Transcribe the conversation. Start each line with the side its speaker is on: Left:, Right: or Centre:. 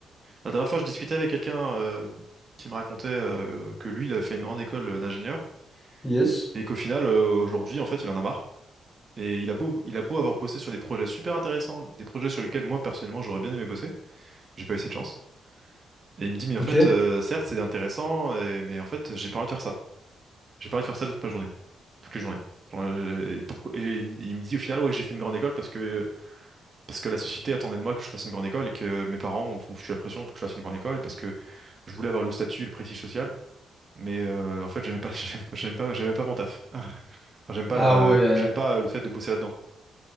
Right: La dernière fois, je discutais avec quelqu'un euh, qui me racontait euh, que lui, il avait fait une grande école euh, d'ingénieur
Left: Yes.
Right: et qu'au final, euh, aujourd'hui, en fait, il en a marre. Et il a beau, il a beau avoir bossé sur des projets super intéressants, des projets sur lesquels moi, personnellement, j'aurais bien aimé bosser. J'ai pas eu cette chance. Et il me dit, mais en
Left: Ok.
Right: fait, euh, certes, c'est intéressant, euh, mais en fait, j'ai pas envie de faire ça. J'ai pas envie de faire ça toute ma journée. Toutes les journées. Genre, euh, et, pourquoi- et il il me dit au final, ouais, j'ai fait une grande école parce que, parce que la société attendait de moi que je fasse une grande école et que mes parents m'ont m'ont foutu la pression pour que je fasse une grande école et parce que je voulais avoir le statut, le prestige social. Mais euh, en fait, j'aimais pas, <laughs> j'aimais pas, j'aimais pas mon taf. <laughs> Enfin, j'aime pas
Left: Ah
Right: la,
Left: ouais.
Right: j'aime pas le fait de bosser là-dedans.